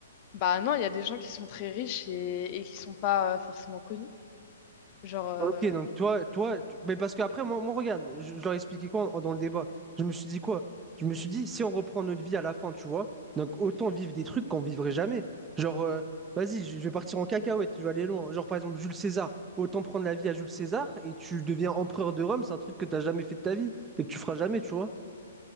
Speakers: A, on the left (about 40°); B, on the right (about 15°).
A: Bah non, il y a des gens qui sont très riches et, et qui sont pas euh, forcément connus. Genre, euh,
B: Ok, donc toi, toi, tu- mais parce qu'après, moi, moi, regarde, je, je leur ai expliqué quoi en- dans le débat. Je me suis dit quoi? Je me suis dit, si on reprend notre vie à la fin, tu vois, donc autant vivre des trucs qu'on vivrait jamais. Genre, euh, vas-y, je, je vais partir en cacahuète, je vais aller loin. Genre, par exemple, Jules César, autant prendre la vie à Jules César et tu deviens empereur de Rome, c'est un truc que t'as jamais fait de ta vie et que tu feras jamais, tu vois.